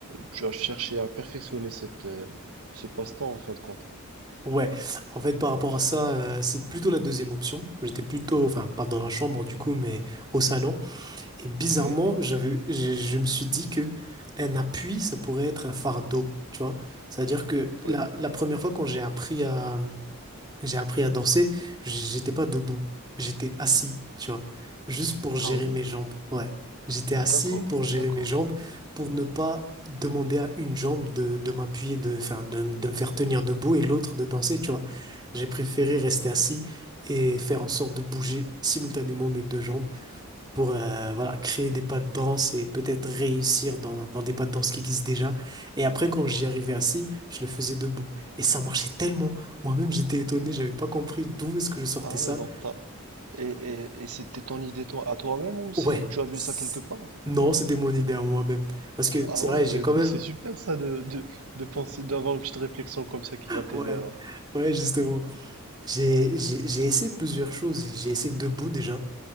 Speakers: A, on the right; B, on the right.
A: tu as cherché à perfectionner cette, euh, ce passe-temps en fin de compte.
B: Ouais, en fait, par rapport à ça, euh, c'est plutôt la deuxième option. J'étais plutôt, enfin, pas dans la chambre du coup, mais au salon. Et bizarrement,
A: Oui,
B: j'avais, je, je me suis dit que un appui, ça pourrait être un fardeau, tu vois. C'est-à-dire que
A: oui.
B: la, la première fois quand j'ai appris à, j'ai appris à danser, j'étais pas debout, j'étais assis, tu vois, juste pour gérer
A: Ah oui,
B: mes jambes. Ouais, j'étais assis
A: d'accord,
B: pour gérer
A: d'accord.
B: mes jambes, pour ne pas demander à une jambe de, de m'appuyer, de, enfin, de, de me faire tenir debout et l'autre de danser, tu vois. J'ai préféré rester assis et faire en sorte de bouger simultanément mes deux jambes pour euh, voilà, créer des pas de danse et peut-être réussir dans, dans des pas de danse qui existent déjà. Et après, quand j'y arrivais assis, je le faisais debout. Et ça marchait tellement. Moi-même, j'étais étonné, j'avais pas compris d'où est-ce que je sortais
A: Ah
B: ça.
A: ouais, donc t'as... Et, et, et c'était ton idée toi, à toi-même ou c'est-
B: Ouais.
A: tu as vu
B: c-
A: ça quelque part?
B: Non, c'était mon idée à moi-même. Parce que
A: Ah
B: c'est
A: ouais,
B: vrai, j'ai
A: bah
B: quand
A: écoute,
B: même...
A: c'est super ça de, de, de penser, d'avoir une petite réflexion comme ça
B: <laughs>
A: qui va t'aider
B: Ouais, ouais, justement. J'ai, j'ai, j'ai essayé plusieurs choses. J'ai essayé debout déjà.